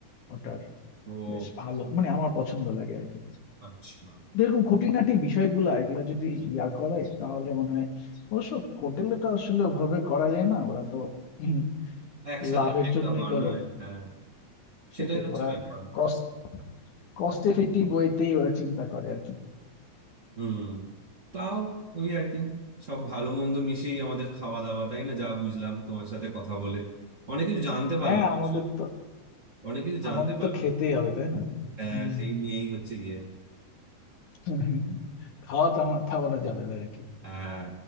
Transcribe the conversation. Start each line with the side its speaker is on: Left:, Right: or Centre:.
Left: ওটার
Right: ও
Left: বেশ ভালো মানে আমার পছন্দ লাগে আর কি
Right: আচ্ছা
Left: এরকম খুঁটিনাটি বিষয়গুলো এগুলো যদি ইয়া করে তাহলে মনে হয় অবশ্য হোটেলে তো আসলে ওভাবে করা যায় না ওরা তো হুম,
Right: একসাথে
Left: লাভের
Right: অনেকটা
Left: জন্যই
Right: বানায়
Left: করে
Right: হ্যাঁ সেটাই
Left: সেটাই
Right: হচ্ছে
Left: ওরা
Right: ব্যাপার
Left: কস্ট কস্ট এফেক্টিভ ওয়েতেই ওরা চিন্তা করে আর কি
Right: হুম তাও ওই আর কি সব ভালো মন্দ মিশিয়েই আমাদের খাওয়া দাওয়া তাই না যা বুঝলাম তোমার সাথে কথা বলে অনেক কিছু জানতে পারলাম
Left: হ্যাঁ আমাদের
Right: আসলে।
Left: তো
Right: অনেক কিছু জানতে
Left: আমাদের
Right: পারলাম
Left: তো খেতেই হবে তাই না
Right: হ্যাঁ
Left: হম
Right: সেই নিয়েই হচ্ছে গিয়ে
Left: <laughs> খাওয়া থামা- থামানো যাবে না আর কি
Right: হ্যাঁ